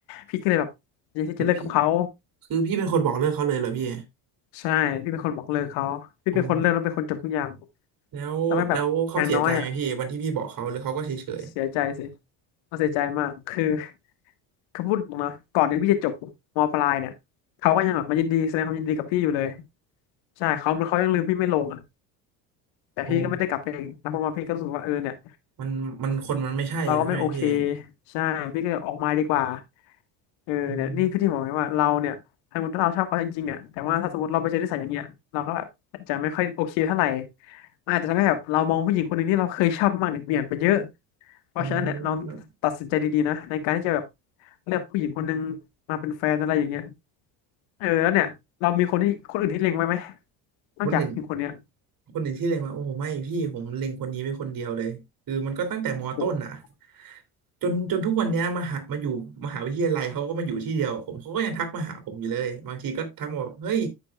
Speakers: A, on the left; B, on the right.
A: พี่ก็เลยแบบอยากที่จะเลิกกับเขา
B: แต่พี่ คือพี่เป็นคนบอกเลิกเขาเลยเหรอพี่
A: ใช่พี่เป็นคนบอกเลิกเขาพี่เป็นคนเริ่มแล้วเป็นคนจบทุกอย่าง
B: โอ้ แล้วแล้วเขาเสียใจไหมพี่วันที่พี่บอกเขาหรือเขาก็เฉยเฉย
A: ทำให้แบบอย่างน้อยอ่ะเสียใจสิเราเสียใจมากคือเขาพูดออกมาก่อนที่พี่จะจบมปลายเนี่ยเขาก็ยังแบบมายินดีแสดงความยินดีกับพี่อยู่เลยใช่เขาเหมือนเขายังลืมพี่ไม่ลงอ่ะแต่พี่ก็ไม่ได้กลับไปเองนะเพราะว่าพี่ก็รู้สึกว่าเออเนี่ย
B: อ๋อมันมันคนมันไม่ใช่แล้วใช่ไหมพี่
A: เราก็ไม่โอเคใช่พี่ก็ออกมาดีกว่าเออเนี่ยนี่คือที่บอกไงว่าเราเนี่ยถ้าสมมติเราชอบเขาจริงๆเนี่ยแต่ว่าถ้าสมมติเราไปเจอนิสัยอย่างเงี้ยเราก็แบบอาจจะไม่ค่อยโอเคเท่าไหร่
B: อืม
A: มันอาจจะทำให้แบบเรามองผู้หญิงคนหนึ่งที่เราเคยชอบมากๆเนี่ยเปลี่ยนไปเยอะเพราะฉะนั้นเนี่ยเรา
B: โอ้ครับ
A: ตัดสินใจดีๆนะในการที่จะแบบเลือกผู้หญิงคนหนึ่งมาเป็นแฟนอะไรอย่างเงี้ยเออแล้วเนี่ยเรามีคนที่คนอื่นที่เล็งไว้ไหมนอกจากผู้หญิงคนเนี้ย
B: คนอื่นคนอื่นที่เล็งมาโอ้โหไม่พี่ผมเล็งคนนี้ไว้คนเดียวเลยคือมันก็ตั้งแต่มต้นอ่ะ
A: โอ้
B: จนจนทุกวันเนี้ยมาหามาอยู่มหาวิทยาลัยเขาก็มาอยู่ที่เดียวผมเขาก็ยังทักมาหาผมอยู่เลยบางทีก็ทักมาบอกเฮ้ย